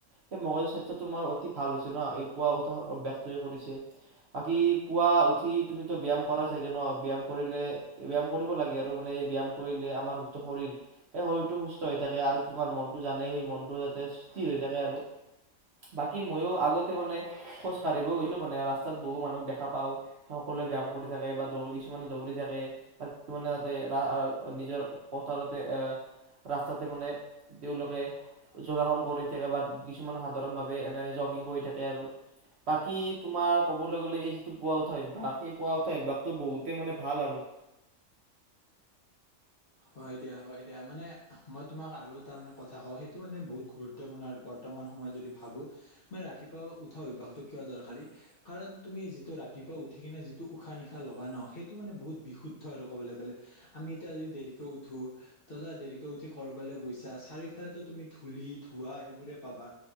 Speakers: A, on the right; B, on the left.
A: সেই মগজুৰ স্বাস্থ্যটো তোমাৰ অতি ভাল হৈছে ন এই পুৱা উঠাহ অভ্যাসটোযে কৰিছে বাকী পুৱা উঠি তুমিতো ব্যায়াম কৰা চাগে ন ব্যায়াম কৰিলে ব্যায়াম কৰিব লাগে আৰু মানে এই ব্যাম কৰিলে আমাৰ যিটো শৰীৰ সেই শৰীৰটো সুস্থ হৈ থাকে আৰু তোমাৰ মনটো জানে সেই মনটো যাতে স্থিৰ হৈ থাকে আৰু বাকী মইয়ো আগতে মানে খোজ কাঢ়িবও গৈছিলো মানে ৰাস্তাত বহু মানুক দেখা পাওঁ সকলোৱে ব্যাম কৰি থাকে বা দৌৰি কিছুমানে দৌৰি থাকে বা কিছুমানে যাতে এটা নিজৰ পথাৰতে এ ৰাস্তাতে মানে তেওঁলোকে যোগাসন কৰি থাকে বা, কিছুমান সাধাৰণ ভাৱে এনে জগিং কৰি থাকে আৰু। বাকী তোমাৰ ক'বলৈ গ'লে, এই যিটো পোৱা উঠা অভ্যাস এই পোৱা উঠা অভ্যাসটো বহুতেই মানে ভাল আৰু।
B: হয় দিয়া হয় দিয়া মানে, মই তোমাক আৰু এটা মানে কথা কওঁ সেইটো মানে বহুত গুৰুত্বপূৰ্ণৰ বৰ্তমান সময়ত যদি ভাবো, মানে ৰাতিপুৱা উঠা অভ্যাসটো কিয় দৰকাৰী। কাৰণ তুমি যিটো ৰাতিপুৱা উঠি কিনে যিটো উশাহ নিশাহ লগা ন, সেইটো মানে বহুত বিশুদ্ধ আৰু কবলৈ গ'লে। আমি এতিয়া যদি দেৰিকৈ উঠো, তথ দেৰিকৈ উঠি কৰবালৈ গৈছা চাৰিওফালে তুমি ধূলি, ধৱা এইবোৰে পাবা,